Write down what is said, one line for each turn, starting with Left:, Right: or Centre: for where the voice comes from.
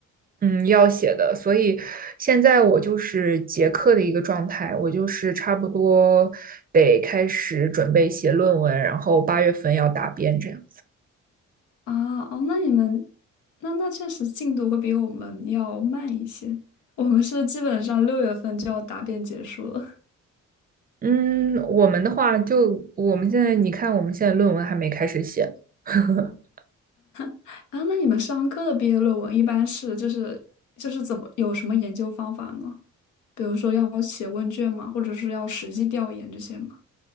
Right: 嗯，要写的，所以现在我就是结课的一个状态，我就是差不多得开始准备写论文，然后八月份要答辩这样。
Left: 啊，哦，那你们，那那确实进度会比我们要慢一些。我们是基本上六月份就要答辩结束了。
Right: 嗯，我们的话就我们现在，你看我们现在论文还没开始写，<laughs>
Left: <laughs> 啊，那你们商科的毕业论文一般是就是就是怎么有什么研究方法呢？比如说要写问卷吗？或者是要实际调研这些吗？